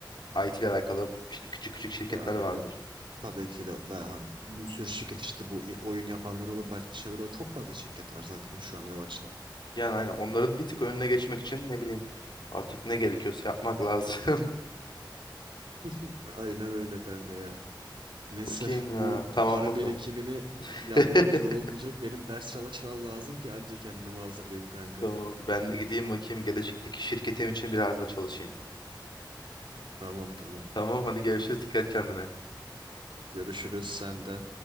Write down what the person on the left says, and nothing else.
IT ile alakalı işte küçük küçük şirketler
vardır.
Yani aynen onların bir tık önüne geçmek için ne bileyim artık ne gerekiyorsa yapmak lazım.
<laughs>
Bakayım
ya. Tamam
bakalım.
<laughs>
Tamam ben de gideyim bakayım gelecekteki şirketim için biraz da çalışayım.
Tamam hadi görüşürüz. Dikkat et kendine.